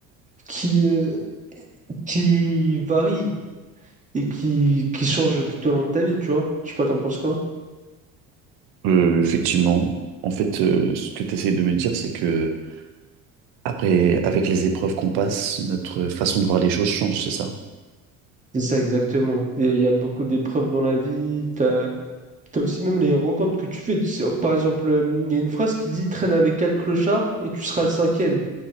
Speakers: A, on the right; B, on the right.
A: qui, euh, qui varie et qui, qui change tout au long de ta vie, tu vois. Je sais pas, t'en penses quoi?
B: Euh, effectivement, en fait, euh, ce que tu essayes de me dire, c'est que après, avec les épreuves qu'on passe, notre façon de voir les choses change, c'est ça?
A: C'est ça exactement. Il y a il y a beaucoup d'épreuves dans la vie. T'as, t'as aussi même les rencontres que tu fais. Tu sais, Par exemple, euh, il y a une phrase qui dit traîne avec quatre clochards et tu seras le cinquième.